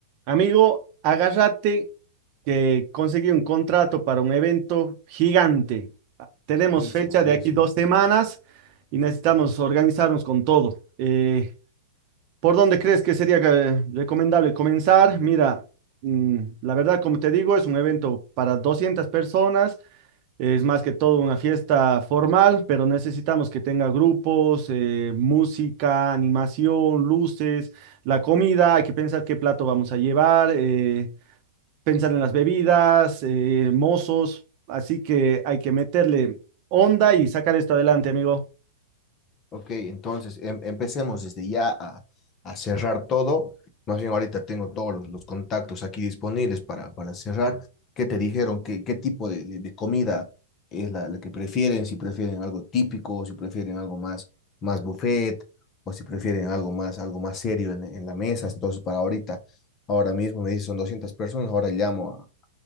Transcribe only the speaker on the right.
Amigo, agárrate que conseguí un contrato para un evento gigante. Tenemos
fecha
de aquí dos semanas y necesitamos organizarnos con todo. Eh, ¿Por dónde crees que sería eh, recomendable comenzar? Mira, mm, la verdad, como te digo, es un evento para 200 personas. Es más que todo una fiesta formal, pero necesitamos que tenga grupos, eh, música, animación, luces, la comida. Hay que pensar qué plato vamos a llevar, eh, pensar en las bebidas, eh, mozos. Así que hay que meterle onda y sacar esto adelante, amigo.